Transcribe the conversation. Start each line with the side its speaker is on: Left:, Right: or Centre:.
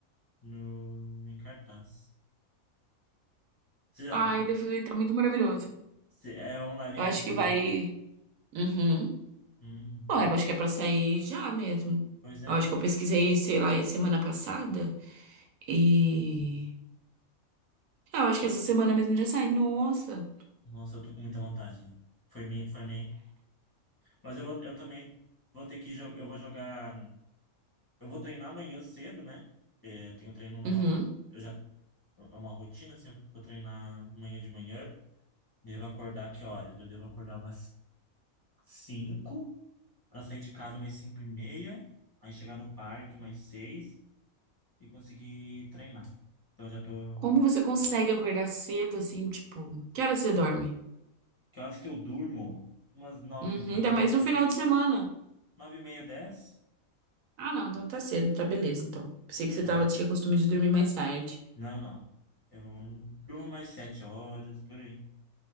Left: no, em cartaz. Você já,
Right: Ai, deve estar muito maravilhoso.
Left: se- é um live
Right: Eu
Left: action,
Right: acho que vai.
Left: né?
Right: Uhum.
Left: Uhum,
Right: Bom,
Left: nossa.
Right: eu acho que é pra sair já mesmo.
Left: Pois é.
Right: Eu acho que eu pesquisei, sei lá, semana passada. E. É, Eu acho que essa semana mesmo já sai. Nossa.
Left: Nossa, eu tô com muita vontade. Foi minha, foi minha Mas eu, vou- eu também vou ter que jogar. Eu vou jogar. Eu vou treinar amanhã cedo, né? É, Eu tenho treino normal.
Right: Uhum.
Left: Eu já. É uma rotina, assim. Eu vou treinar amanhã de manhã. Devo acordar que horas? Eu devo acordar umas 5 para sair de casa umas 5 e meia. Aí chegar no parque umas 6 e conseguir treinar. Então eu já tô.
Right: Como você consegue acordar cedo assim, tipo, que hora você dorme?
Left: Que horas que eu durmo? Umas 9
Right: Uhum,
Left: e meia,
Right: ainda mais
Left: 10.
Right: no final de semana.
Left: 9 e meia, dez
Right: Ah, não, então tá cedo, tá beleza, então. Pensei
Left: Não,
Right: que você
Left: não.
Right: tava, tinha costume de dormir mais tarde.
Left: Não, não. Eu durmo mais 7 horas, por aí.